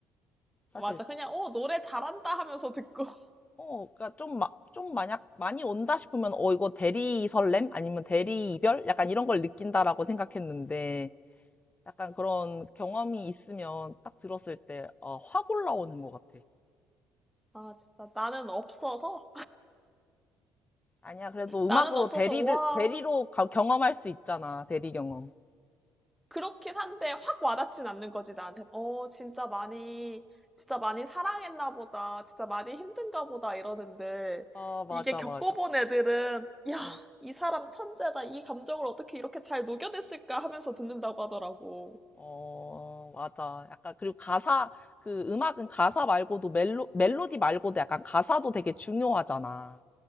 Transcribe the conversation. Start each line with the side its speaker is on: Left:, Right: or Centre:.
Centre: <laughs>
Left: 사실,
Centre: 맞아. 그냥, 어, 노래 잘한다 하면서 듣고. <laughs>
Left: 어, 그니까 좀, 마, 좀 만약 많이 온다 싶으면, 어, 이거 대리 설렘? 아니면 대리 이별? 약간 이런 걸 느낀다라고 생각했는데, 약간 그런 경험이 있으면 딱 들었을 때, 어, 확 올라오는 것 같아.
Centre: 아, 진짜 나는 없어서
Left: 아니야, 그래도 음악으로
Centre: 나는 없어서
Left: 대리를,
Centre: 와
Left: 대리로 가- 경험할 수 있잖아. 대리 경험.
Centre: 그렇긴 한데 확 와닿진 않는 거지 나한테. 어 진짜 많이 진짜 많이 사랑했나 보다. 진짜 많이 힘든가 보다 이러는데
Left: 아, 맞아,
Centre: 이게 겪어본
Left: 맞아.
Centre: 애들은 야
Left: 응.
Centre: 이 사람 천재다. 이 감정을 어떻게 이렇게 잘 녹여냈을까 하면서 듣는다고 하더라고.
Left: 어, 맞아. 약간, 그리고 가사, 그 음악은 가사 말고도 멜로, 멜로디 말고도 약간 가사도 되게 중요하잖아.